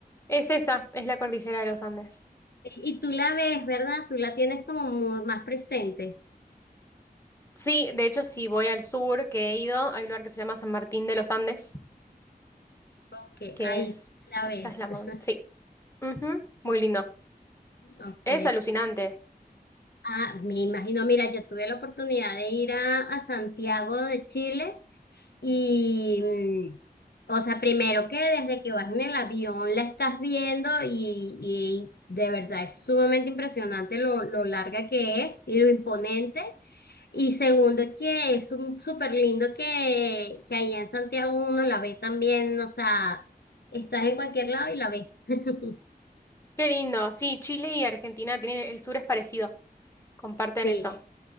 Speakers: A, on the left (about 15°); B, on the left (about 80°).
A: Es esa, es la cordillera de los Andes.
B: Y tú la ves, ¿verdad? Tú la tienes como mu- más presente.
A: Sí, de hecho, si voy al sur, que he ido, hay un lugar que se llama San Martín de los Andes,
B: Ok,
A: que
B: ahí
A: es,
B: la
A: esa
B: ves.
A: es la
B: <laughs>
A: mon- sí, Ujú, Muy lindo.
B: Ok.
A: Es alucinante.
B: Ah, me imagino, mira, yo tuve la oportunidad de ir a, a Santiago de Chile y, mm, o sea, primero que desde que vas en el avión la estás viendo y, y de verdad es sumamente impresionante lo, lo larga que es y lo imponente. Y segundo que es un súper lindo que, que allá en Santiago uno la ve también, o sea, estás en cualquier lado y la ves. <laughs>
A: Qué lindo. Sí, Chile y Argentina tienen, el sur es parecido, comparten
B: Sí.
A: eso.